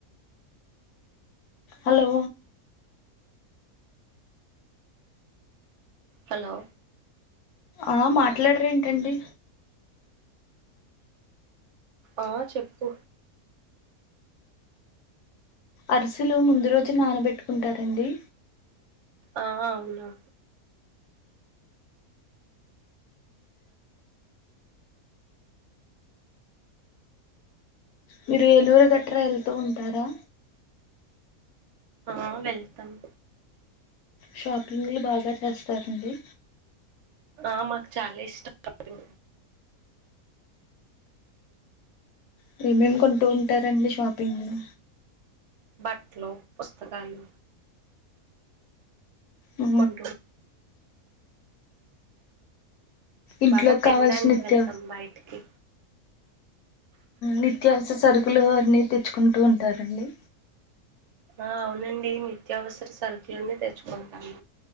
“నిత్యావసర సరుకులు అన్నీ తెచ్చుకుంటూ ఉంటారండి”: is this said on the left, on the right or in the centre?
Left